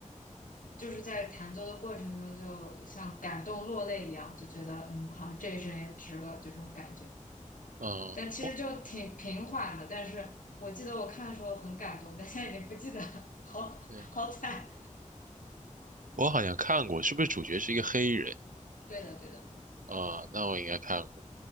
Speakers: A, on the left (about 80°); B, on the right (about 80°).
A: 就是在弹奏的过程中就像感动落泪一样，就觉得嗯，好像这一生也值了，就这种感觉。
B: 嗯，
A: 但其实就挺平缓的。
B: 我
A: 但是我记得我看的时候很感动，但现在已经不记得了，<laughs> 好好惨。
B: 对我好像看过，是不是主角是一个黑人？
A: 对的，对的，
B: 啊、那我应该看过。